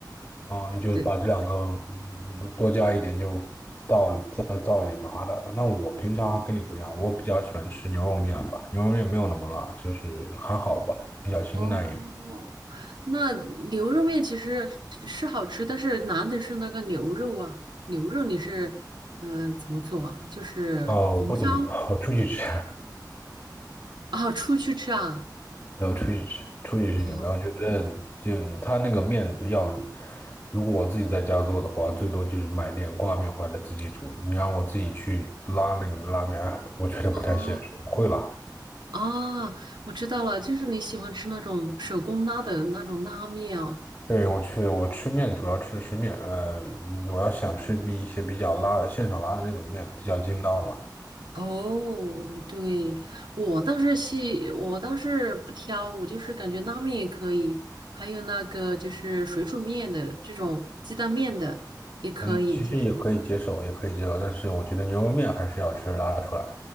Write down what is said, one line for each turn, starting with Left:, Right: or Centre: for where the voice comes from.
Left: 啊、你就把这两个嗯多加一点就倒，
Right: 对。
Left: 再倒一点麻的。那我平常跟你不一样，我比较喜欢吃牛肉面吧，牛肉面没有那么辣，就是还好吧，比较清淡一点。
Right: 哦，那牛肉面其实是是好吃，但是难的是那个牛肉啊。牛肉你是嗯、呃怎么做啊？就是红烧
Left: 啊、我不怎么做，我出去吃。
Right: 啊，出去吃啊？
Left: 然后出去吃，出去吃牛排，
Right: 哦
Left: 我觉得就他那个面比较，如果我自己在家做的话，最多就是买点挂面回来自己煮。你让我自己去拉那个拉面，<laughs> 哎我觉得不太现实，
Right: 哦
Left: 不会拉。
Right: 啊，我知道了，就是你喜欢吃那种手工拉的那种拉面哦。
Left: 对，我去，我吃面主要吃的是面，呃，我要想吃比一些比较拉的现场拉的那种面比较筋道嘛，
Right: 哦，对，我倒是细，我倒是不挑，我就是感觉拉面也可以，还有那个就是水煮面的这种鸡蛋面的也可以，
Left: 嗯，其实也可以接受，
Right: 就是
Left: 也可以接受，但是我觉得牛肉面还是要吃拉出来的，